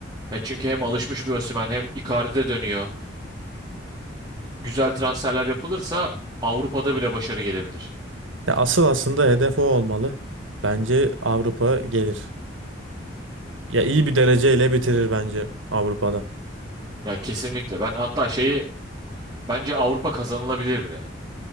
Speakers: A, on the right (about 20°); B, on the right (about 80°).
A: Ya çünkü hem alışmış bir Osimhen hem Icardi'de dönüyor. Güzel transferler yapılırsa Avrupa'da bile başarı gelebilir.
B: Ya asıl aslında hedef o olmalı. Bence Avrupa gelir. Ya iyi bir dereceyle bitirir bence Avrupa'da.
A: Ya kesinlikle. Ben hatta şeyi Bence Avrupa kazanılabilir bile.